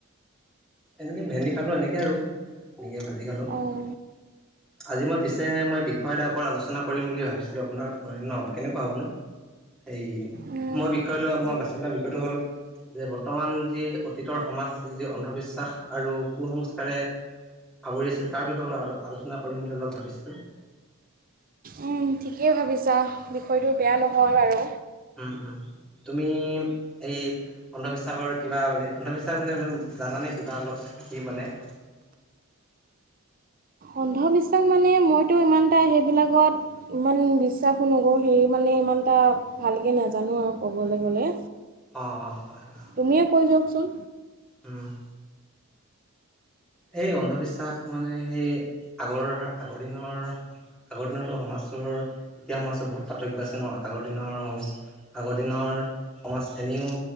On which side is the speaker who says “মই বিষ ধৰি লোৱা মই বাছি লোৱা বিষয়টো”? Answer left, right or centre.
Centre